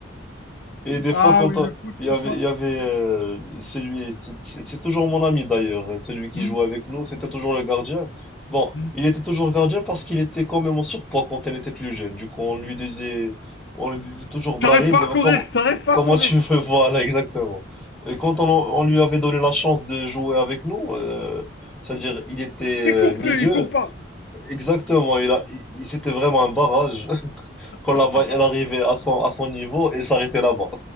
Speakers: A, in the centre; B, on the left.
A: Et des
B: Ah
A: fois, quand
B: oui,
A: on-
B: le foot,
A: il
B: franchement.
A: y avait, il y avait
B: c'est-
A: euh, celui, c'est c'est- c'est toujours mon ami d'ailleurs, euh, celui qui
B: Hmm,
A: jouait avec nous, c'était toujours le gardien. Bon,
B: hmm.
A: il était toujours gardien parce qu'il était quand même en surpoids quand on était plus jeune. Du coup, on lui disait, on lui disait toujours Brahim,
B: T'arrives pas
A: ça
B: à
A: va,
B: courir,
A: comment,
B: t'arrives pas
A: comment
B: à courir.
A: tu veux, <laughs> voilà, exactement. Et quand on, on lui avait donné la chance de jouer avec nous, euh, c'est-à-dire
B: Hmm.
A: il était
B: Il
A: euh,
B: court
A: milieu,
B: plus, il court pas.
A: exactement, il a, il, il- c'était vraiment un barrage. <laughs> Quand la
B: Ah,
A: balle
B: Voilà,
A: elle arrivait à son, à son niveau, elle s'arrêtait là-bas.